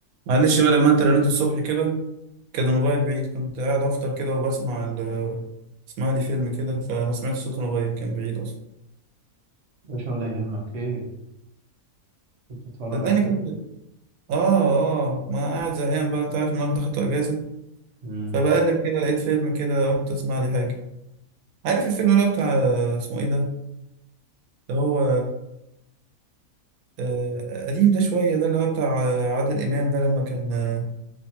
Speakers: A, on the right; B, on the right.
A: معلش بقى لما انت رنيت الصبح كده كان الموبايل بعيد كنت قاعد افطر كده وبسمع ال اسمع لي فيلم كده فما سمعتش صوت الموبايل كان بعيد اصلا
B: مش ولا يهمك ايه كنت بتتفرج
A: صدقني
B: على فيلم
A: كنت اه اه ما قاعد زهقان بقى انت عارف النهارده خدت اجازه
B: امم
A: فبقلب كده لقيت فيلم كده قلت اسمع لي حاجه عارف الفيلم اللي هو بتاع اسمه ايه ده اللي هو آه، قديم ده شويه ده اللي هو بتاع آه، عادل امام ده لما كان آه،